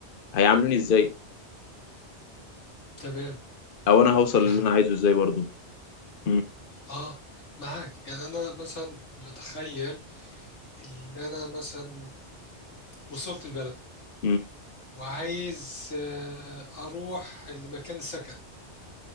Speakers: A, on the left (about 55°); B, on the left (about 85°).
A: هيعاملوني ازاي
B: تمام
A: او انا هوصل اللي
B: يعني
A: انا عايزه ازاي برضه امم
B: آه معاك يعني أنا مثلا متخيل إن أنا مثلا وصلت البلد
A: امم
B: وعايز آه، أروح لمكان سكن